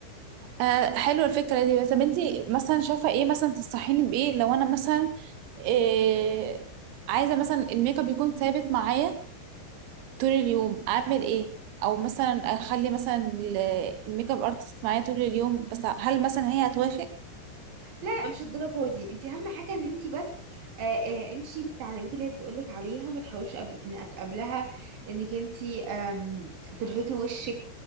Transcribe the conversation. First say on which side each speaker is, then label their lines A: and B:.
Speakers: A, on the right; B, on the right.
A: آه حلوة الفكرة دي بس طب انتي مثلا شايفة ايه مثلا تنصحيني بايه لو انا مثلا إيه عايزة مثلا الميك اب يكون ثابت معايا طول اليوم اعمل ايه او مثلا اخلي مثلا ال- الميك اب ارتست معايا طول اليوم بس هل مثلا هي هتوافق
B: لا لا مش الدرجة دي انت اهم حاجة ان انت بس آه آه امشي بالتعليمات اللي هي بتقولك عليها ما تحاولش قبل انك قبلها انك انت آم، ترهقي وشك